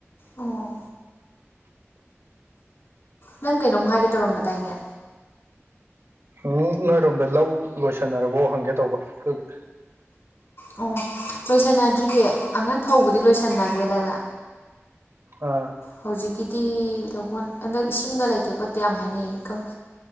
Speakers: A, on the left; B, on the right.
A: ꯑꯣ ꯅꯪ ꯀꯩꯅꯣꯝ ꯍꯥꯏꯒꯦ ꯇꯧꯔꯝꯕꯗꯥꯏꯅꯦ
B: ꯎꯝ ꯅꯣꯏꯔꯣꯝꯗ ꯂꯧ ꯂꯣꯏꯁꯟꯅꯔꯕꯣ ꯍꯪꯒꯦ ꯇꯧꯕ ꯑꯗꯨꯒꯤ
A: ꯑꯣ ꯂꯣꯏꯁꯟꯅꯗ꯭ꯔꯤꯌꯦ ꯑꯉꯥꯡ ꯐꯥꯎꯧꯕꯗꯤ ꯂꯣꯏꯁꯟꯅꯈ꯭ꯔꯦꯗꯅ
B: ꯑ
A: ꯍꯧꯖꯤꯛꯀꯤꯗꯤ ꯂꯧꯍꯣꯟ ꯍꯟꯗꯛ ꯏꯁꯤꯡꯒ ꯂꯩꯇꯦ ꯈꯣꯠꯇꯦ ꯌꯥꯝ ꯍꯥꯏꯅꯩꯌꯦ ꯏꯀꯪ